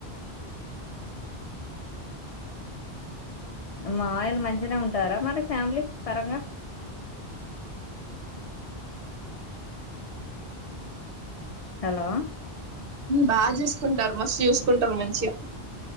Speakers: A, on the left; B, on the right.
A: మాయిలు మంచినే ఉంటారా మరి ఫ్యామిలీ పరంగా హలో
B: బాగా చూసుకుంటారు మస్తు చూసుకుంటారు మంచిగా